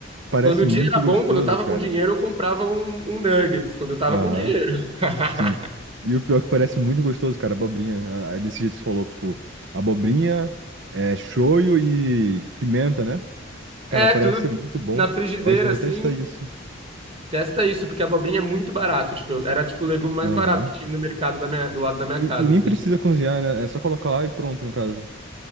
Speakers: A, on the right (about 65°); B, on the right (about 30°).
A: parece
B: Quando o
A: muito
B: dia era bom,
A: gostoso,
B: quando eu tava
A: cara.
B: com dinheiro, eu comprava um, um nuggets, quando eu tava
A: Aham,
B: com dinheiro. <laughs>
A: sim. E o pior que parece muito gostoso, cara, abobrinha. Ah, ah, Desse jeito que você falou, que, tipo, abobrinha, é, shoyu e pimenta, né? Cara,
B: É,
A: parece
B: tudo
A: ser muito bom.
B: na frigideira,
A: Eu acho que eu vou
B: assim,
A: testar isso.
B: Testa isso, porque a abobrinha é muito barato. Tipo, era tipo o legume mais
A: Aham.
B: barato que tinha no mercado da minha- do lado da
A: E,
B: minha
A: ne-
B: casa,
A: e nem
B: assim.
A: precisa cozinhar, né? É só colocar lá e pronto, no caso.